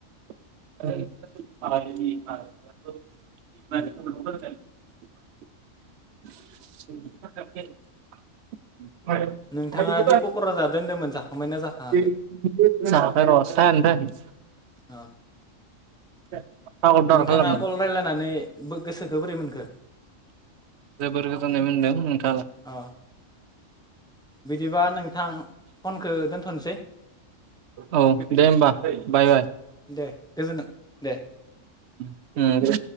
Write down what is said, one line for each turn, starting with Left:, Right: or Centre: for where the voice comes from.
Right: <unintelligible> <unintelligible>
Centre: नोंथाङा दि पक'रा जादो होनदोंमोन जाखांबायना जाखाङाखै अ
Right: <inaudible> अर्डार
Centre: नोंथाङा
Right: खालामगोन
Centre: कल रायज्लायनानै गोसोखौ बोरै मोनखो?
Right: जोबोर गोजोननाय मोनदों नोंथां।
Centre: अ बिदिबा नोंथां फनखौ दोनथ'नोसै
Right: औ दे होमबा बाय
Centre: दे गोजोन्थों दे।
Right: उम दे।